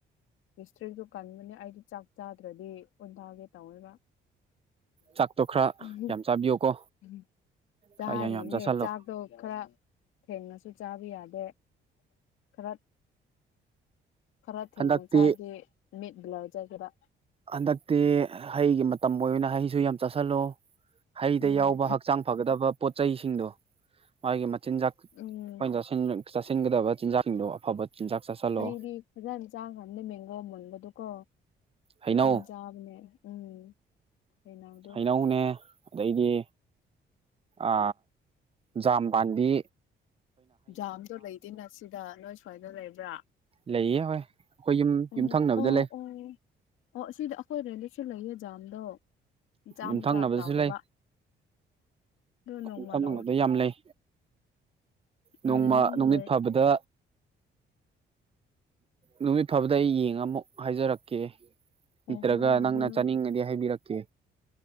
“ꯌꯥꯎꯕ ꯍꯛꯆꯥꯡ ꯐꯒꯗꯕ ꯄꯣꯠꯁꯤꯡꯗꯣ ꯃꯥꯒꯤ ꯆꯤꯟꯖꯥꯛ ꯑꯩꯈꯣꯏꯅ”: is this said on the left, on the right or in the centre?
Right